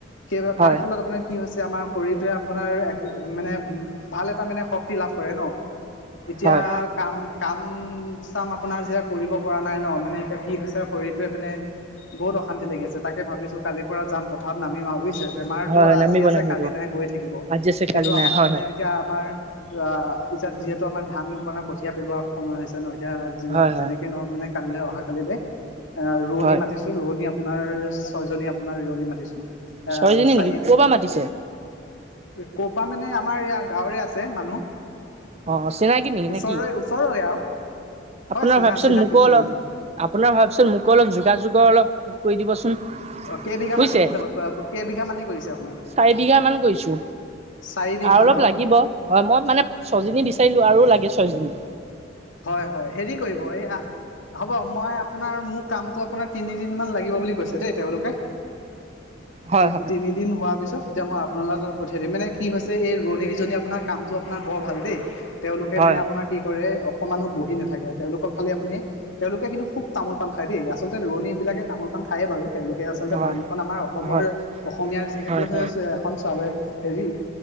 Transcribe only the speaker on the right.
হয়
হয়
হয়
হয় নামিব
নামিব
আজি আছে কালি
নাই
হয়
হয়
হয় হয়
হয়
ছয়জনী
নেকি ক'ৰ
পৰা মাতিছে
অ চিনাকি নেকি
নেকি
আপোনাৰ
হোৱা পাছত
মোকো
অলপ- আপোনাৰ হোৱা পাছত মোকো অলপ যোগাযোগৰ অলপ কৰি দিবচোন।
বুজিছে
চাৰি বিঘা মান কৰিছো
আৰু অলপ
লাগিব হয় মই মানে ছয়জনী বিচাৰিলো আৰু লাগে ছয়জনী।
হয়
হয়
হয়
হয়
হয়
হয় হয় হয়